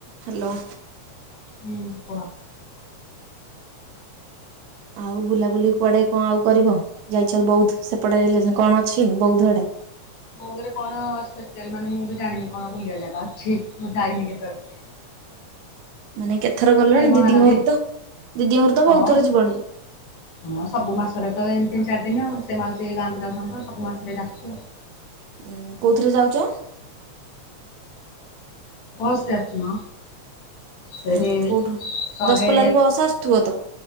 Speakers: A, on the right; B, on the left.
A: Hello.
B: ହୁଁ କୁହ।
A: ଆଉ ବୁଲାବୁଲି କୁଆଡ଼େ କଁ ଆଉ କରିବ ଯାଇଛ ବୌଦ୍ଧ ସେପଟେ ଏଇଲେ ଯେ କଣ ଅଛି ବୌଦ୍ଧ ଆଡ଼େ? ଚିକ୍।
B: ବୋଉଧରେ କଣ ସ୍ପେସିଆଲ୍ ମାନେ ମୁଁ ବି ଜାଣିନି କଣ ବୁଲିବା ଜାଗା ଅଛି ହିଁ ମୁଁ ଯାଇନି କେତଳେ।
A: ହୁଁ ହୁଁ। ମାନେ କେତେ ଥର ଗଲଣି
B: ମହାନଦୀ
A: ଦିଦିଙ୍କ ଘରୁକୁ ତ ଦିଦିଙ୍କ ଘରୁ ତ
B: ହଁ।
A: ବହୁତ୍ ଥର ଯିବଣି।
B: ହଁ ସବୁ ମାସରେ ତ ଏ ତିନ ଚାର୍ ଦିନି ଆଉ ସେ ମାଉସି ଏଇ ଗାଁକୁ ଯାଉଛନ୍ତି ତ ସବୁ ମାସରେ ଯେ ଆସଚୁ ଆଉ।
A: ଏଁ କୋଉଥିରେ ଯାଉଚ?
B: ବସ୍ ରେ ଆସୁଚି ମ। ଫେରି
A: ଉଁ କୋଉଠୁ
B: ଶହେ
A: ଦଶପଲ୍ଲାରୁ ବସ୍ ଆସୁଥିବ ତ?